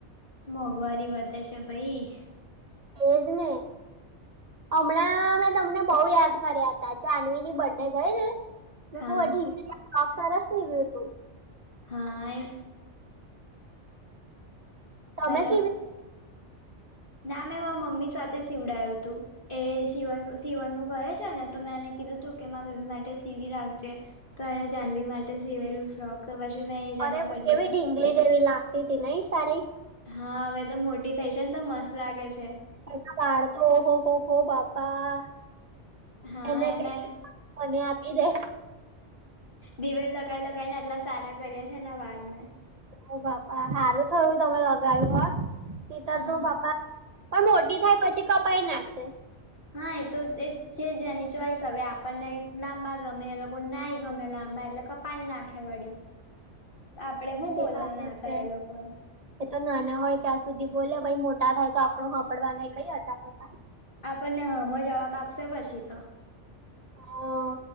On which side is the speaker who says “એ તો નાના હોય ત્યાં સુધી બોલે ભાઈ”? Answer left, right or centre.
Right